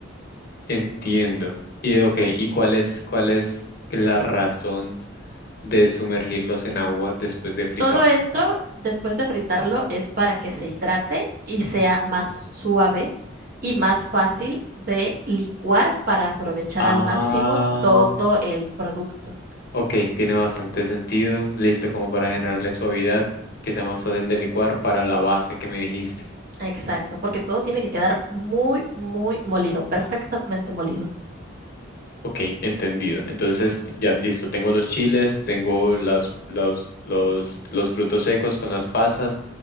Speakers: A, on the left; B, on the right.
A: Entiendo. Y ok, ¿y cuál es, cuál es la razón de sumergirlos en agua después de fritar?
B: Todo esto, después de fritarlo, es para que se hidrate y sea más suave y más fácil de licuar para aprovechar
A: Ah,
B: al máximo todo el producto.
A: ok, tiene bastante sentido. Listo como para generarle suavidad, que sea más fácil de licuar para la base que me dijiste.
B: Exacto, porque todo tiene que quedar muy, muy molido, perfectamente molido.
A: Ok, entendido. Entonces, ya listo, tengo los chiles, tengo las, los, los, los frutos secos con las pasas,